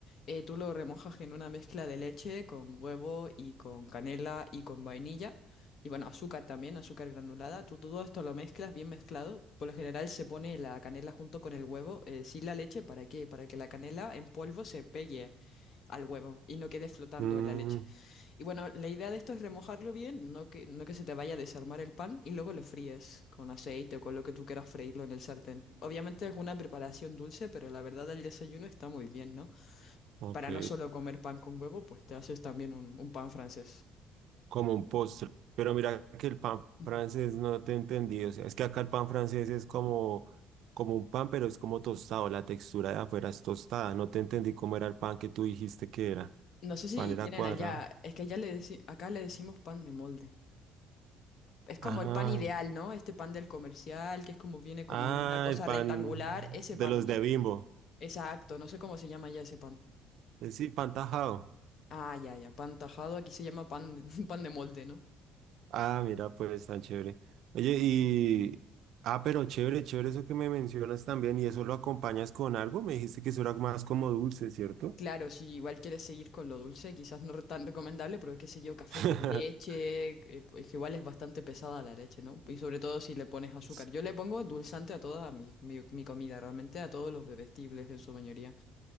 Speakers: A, on the left; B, on the right.
A: Eh, tú lo remojas en una mezcla de leche con huevo y con canela y con vainilla. Y bueno, azúcar también, azúcar granulada. Tú todo esto lo mezclas bien mezclado. Por lo general se pone la canela junto con el huevo, eh, sin la leche, ¿para qué? Para que la canela en polvo se pegue al huevo y no quede flotando
B: Mm,
A: en la leche. Y bueno, la idea de esto es remojarlo bien, no que, no que se te vaya a desarmar el pan, y luego lo fríes con aceite o con lo que tú quieras freírlo en el sartén. Obviamente es una preparación dulce, pero la verdad el desayuno está muy bien, ¿no?
B: ok.
A: Para no solo comer pan con huevo, pues te haces también un, un pan francés.
B: como un postre. Pero mira que el pan
A: Ujú.
B: francés no te entendí. O sea, es que acá el pan francés es como, como un pan, pero es como tostado. La textura de afuera es tostada. No te entendí cómo era el pan que tú dijiste que era.
A: No sé si
B: Pan era
A: tienen
B: cuadrado.
A: allá, es que allá le deci- acá le decimos pan de molde. Es como
B: Ah,
A: el pan ideal, ¿no? Este pan del comercial, que es como viene como
B: ah,
A: una cosa
B: el pan
A: rectangular, ese
B: de
A: pan,
B: los
A: no sé,
B: de Bimbo.
A: exacto, no sé cómo se llama ya ese pan.
B: Es sí, pan tajado.
A: Ah, ya, ya, pan tajado, aquí se llama pan de, <laughs> pan de molde, ¿no?
B: Ah, mira, pues tan chévere. Oye, y. Ah, pero chévere, chévere eso que me mencionas también. ¿Y eso lo acompañas con algo? Me dijiste que eso era más como dulce, ¿cierto?
A: Claro, si igual quieres seguir con lo dulce, quizás no tan recomendable, pero qué sé yo, café
B: <laughs>
A: con leche, eh, pues que igual es bastante pesada la leche, ¿no? Y sobre todo si le pones azúcar.
B: <laughs>
A: Yo le pongo endulzante a toda mi, mi, mi comida, realmente a todos los bebestibles en su mayoría,